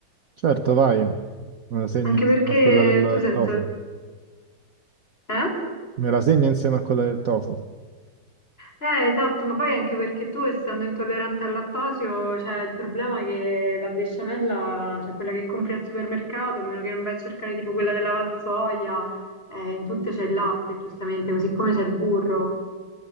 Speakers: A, on the right; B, on the left.
A: Certo, vai. Me la segno
B: anche
A: insieme
B: perché
A: a quella del
B: tu sento...
A: tofu.
B: Eh?
A: Me la segno insieme a quella del tofu.
B: Eh, esatto, ma poi anche perché tu, essendo intollerante al lattosio, cioè il problema è che la besciamella, cioè quella che compri al supermercato, a meno che non vai a cercare tipo quella della Valsoia, eh, in tutte c'è il latte, giustamente, così come c'è il burro.